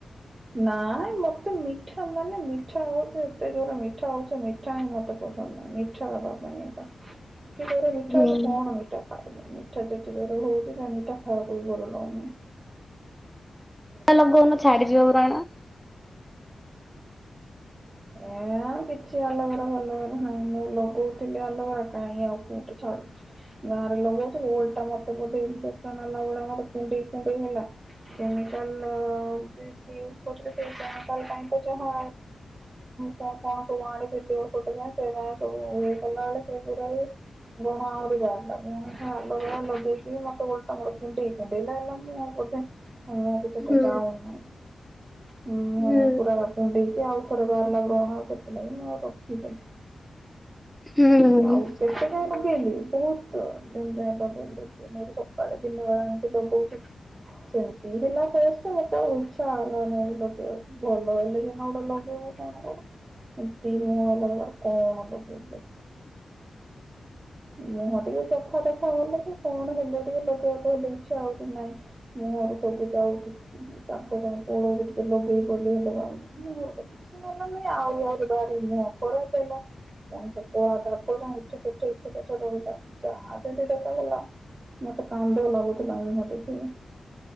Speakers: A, on the right; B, in the centre.
A: ନାଇଁ ମତେ ମିଠା ମାନେ ମିଠା ହଉଛି ଏତେ ଜୋର ମି ଠା ହଉଛ ମିଠା ହିଁ ମତେ ପସନ୍ଦ ନାହିଁ ମିଠା ହବା ପାଇଁ ଏବେ। ଏତେ ଜୋରେ ମିଠା
B: ହୁଁ।
A: ହଉଛି କଣ ମିଠା ଖାଇବୁ ମିଠା ଯେତେ ଜୋରେ ହଉଥିଲା ମିଠା ଖାଇବାକୁ ବି ଭଲ ଲାଗୁନି।
B: <unintelligible> ଲଗଉନ ଛାଡିଯିବ ବ୍ରଣ।
A: ଏ କିଛି ଆଲବେରା ଫାଲବେରା ନାହିଁ ମୁଁ ଲଗଉଥିଲି ଆଲବେରା କାହିଁ ଆଉ କୁଠେ ଛାଡୁଛି। ଗାଁରେ ଲଗଉଥିଲି ଓଲଟା ମତେ ବଧେ ଇନ୍‌ଫେକ୍ସନ୍ ହେଲା ଭଳିଆ ମତେ କୁଣ୍ଡେଇ କୁଣ୍ଡେଇ ହେଲା। କେମିକାଲ ବି ଟିକେ ୟୁଜ କରୁଥିଲେ ସେ କେମିକାଲ ପାଇଁ ତ ଯ ହ। ତ କଣ ସବୁ ଆଣିଥିଲେ ଔୋଟ ଯ ସେ ଯ ସବୁ ଇଏ କଲା ବେଳେ ସେ ପୁରା ବି। ବ୍ରଣ ଆହୁରି ବାହାରିଲା ପୁଣି ଆଲବେରା ଲଗେଇକି ମତେ ଓଲଟା କୁଣ୍ଡେଇ କୁଣ୍ଡେଇ ମୁଁ ଆଉ ମୁଁ ବି ସେଟା
B: ହୁଁ
A: ଚାହୁଁ ନାହିଁ ମୁଁହ
B: ହୁଁ
A: ପୁରା ଟା କୁଣ୍ଡେଇକି ଆଉ ଥରେ ବାହାରିଲା ବ୍ରଣ ସେଥିଲାଗି ମୁଁ ଆଉ ରଖିଦଲି।
B: ହଁ ହୁଁ
A: ଆଉ କେତେ ଲଗେଇଲି ବହୁତ ଦିନ୍ ଯାଏଁ ଲଗେଇଲି ଦି ତିନି ସପ୍ତାହେ। ସକାଳେ ଦିନବେଳା ଆଣିକି ଲଗଉଚି। ସେମତି ହେଲା ଫେସ୍ ଯେ ମତେ ଆଉ ଇଚ୍ଛା ହେଲା ନାଇଁ ଲଗେଇବାକୁ। ଭଲ ହେଲେ ସିନା ଗୋଟେ ଲଗେ ତାଙ୍କ ଏ ତି ମଲଗ କଣ ଲଗେଇବେ। ମୁହଁ ଟିକେ ସଫା ତଫା କଲେ କି କଣ ହେଲେ ଟିକେ ଲଗେଇବାକୁ ହେଲେ ଇଛା ହଉଛି ନହିଁ। ମୁହଁରୁ ସବୁ ଯାଉଛି। ତାଙ୍କ ଯା ପୋଳଉଛି ଟିକେ ଲଗେଇ ପ ହେଲେ ବା କି ଆଉ ଆରି ବାରି ମୁହଁ ଖରାପ ହେଲା। ପୁଣି ସେ କଳା ଦାଗ ଯାଏ ଏଠେ ସେଠେ ଏଠ ଏଠେ ରହିଲା ଯାହା ଯେମିତି ଦେଖା ଗଲା। ମୋତେ କାନ୍ଦ ଲାଗୁଥିଲା ମୁହଁ ଦେଖିକି।